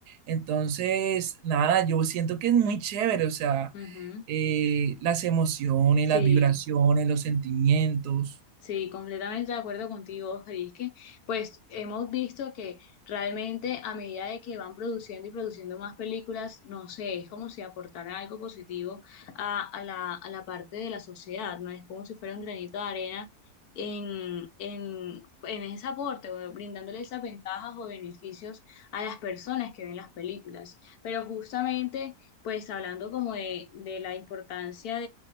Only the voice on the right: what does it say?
Entonces, nada, yo siento que es muy chévere, o sea,
eh, las emociones,
las vibraciones, los sentimientos.